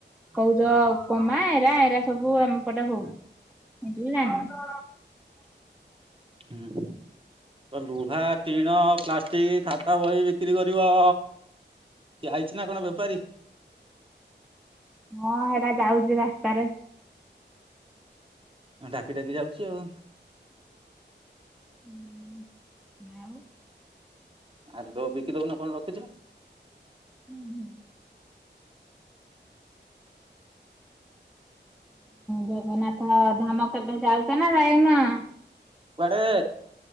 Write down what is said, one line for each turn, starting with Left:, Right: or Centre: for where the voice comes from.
Centre: କହୁଛ ଉପମା ଏରା ଏରା ସବୁ ଆମ ପଟେ ହଉନି ସେ ଜାଣିନ
Right: ହୁଁ। ତ ଲୁହା ଟିଣ ପ୍ଲାଷ୍ଟିକ ଖାତା ବହି ବିକ୍ରି କରିବ। କିଏ ଆଇଛି ନା କଣ ବେପାରୀ?
Centre: ମୁଁ ସେଇଟା ଯାଉଛି ରାସ୍ତାରେ।
Right: ହଁ ଡାକି ଡାକି ଯାଉଛି ଆଉ
Centre: ହଁ ଆଉ।
Right: ଆଉ ତୋ ବିକି ଦଉନ କଣ ରଖିଛ?
Centre: ନାଇଁ ହଁ। ଜଗନ୍ନାଥ ଧାମ କେବେ ଯାଉଛ ନା ଯାଇନ?
Right: କୁଆଡେ?